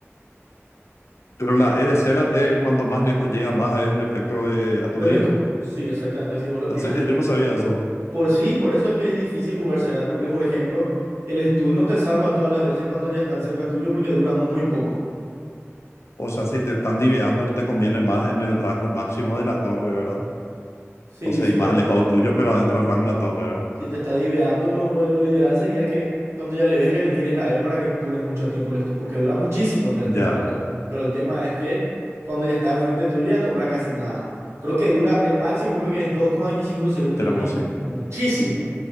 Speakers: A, on the left; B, on the right.
A: pero la E de Cera, eh, cuanto más lejos llega, más el efecto de aturdido.
B: del stun. Sí, exactamente. Si vos lo tirás
A: En serio,
B: de...
A: yo no sabía eso.
B: Por sí, por eso es que es difícil jugar Serat, porque por ejemplo, el stun no te salva todas las veces cuando ya están cerca tuyo porque dura muy poco.
A: O sea, si te están diveando, te conviene más en el rango máximo de la torre, ¿verdad?
B: Sí,
A: O sea,
B: si
A: y
B: te-
A: más alejado tuyo, pero adentro del rango de la torre, ¿verdad?
B: Si te está diveando, lo, lo- lo ideal sería que cuando ya le ves, ya le tires la E para que dure mucho tiempo el stun, porque dura muchísimo el
A: Ya,
B: tiempo el stun. Pero el tema es que cuando ya está enfrente tuyo ya no dura casi nada. Creo que dura, el máximo creo que es 2,25 segundos,
A: será
B: lo
A: como
B: que es
A: así.
B: mu- muchísimo.